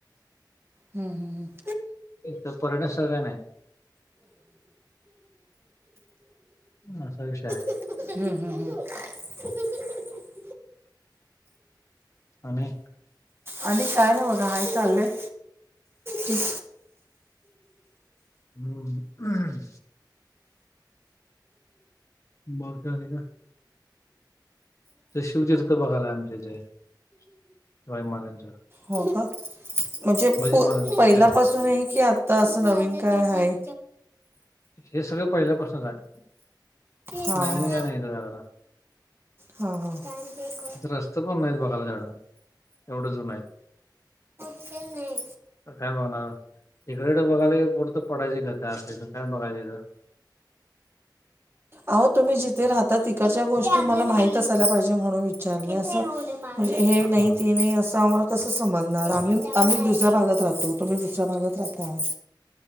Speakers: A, on the right (about 30°); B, on the left (about 40°).
A: हम् हम हम
B: तर पर्यटन सह का नाही अस विशा
A: हम्म हम्म हम्
B: आणि
A: आणिध काय नाही बघा हाय चाललं आहे ठीक
B: हम्म हम् ब कले का ते शिवतीर्थ बघायलाय आमचे जे शिवाई महाराजच
A: हो का म्हणजे प
B: महाराजांचं
A: पहिल्यापासून
B: तीर्थ
A: आहे की आत तर असं नवीन काय आहे
B: हे सगळं पहिल्यापासूनच आहे
A: हा,
B: नवीन
A: हा.
B: काय नाही तर घराला
A: हा हा
B: रस्त पण नाहीत बघायला झाडा एवढं जन
A: सणे
B: काय बघणार इकडेकडें बघाय पुढतं पडायची घता अस तर काय बघायंथं
A: अहो तुम्ही जिथे राहता तिकडच्या गोष्टी मला माहित असायला पाहिजे म्हणून विचारले अस हे
B: हा
A: नय त ने असं वाट कसं समजणार आम्ही आम्ही दुसऱ्या भागात राहतो तुम्ही दुसऱ्या भागात राहता